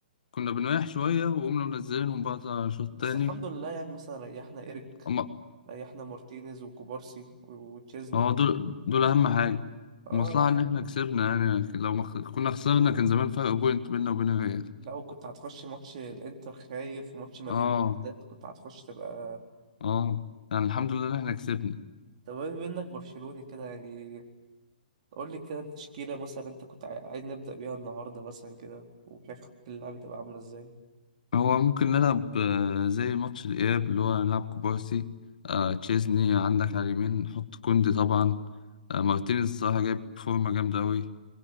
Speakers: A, on the left (about 65°); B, on the right (about 50°).
A: كنا بنريح شوية وقمنا منزلينهم بقى شوط
B: بس
A: تاني
B: الحمد لله يعني مثلا ريحنا ايريك
A: أما
B: ريحنا مارتينيز وكوبارسي وتشيزني
A: هو دول دول أهم حاجة
B: اه
A: المصلحة
B: لا الحمد
A: إن إحنا كسبنا يعني لكن لو ما خ- كنا خسرنا كان زمان فرق بوينت بيننا وبين الريال
B: لو كنت هتخش ماتش الانتر خايف وماتش مدريد
A: آه
B: بالذات كنت هتخش تبقى
A: آه يعني الحمد لله إن إحنا كسبنا
B: طب بما انك برشلوني كده يعني قول لي كده التشكيله مثلا انت كنت عاي- عايز نبدا بيها النهارده مثلا كده وشايف خطة اللعب تبقى عامله ازاي
A: هو ممكن نلعب آه، زي ماتش الإياب اللي هو نلعب كوبارسي آه تشيزني عندك على اليمين نحط كوندي طبعا آه مارتينيز الصراحة جايب فورمة جامدة أوي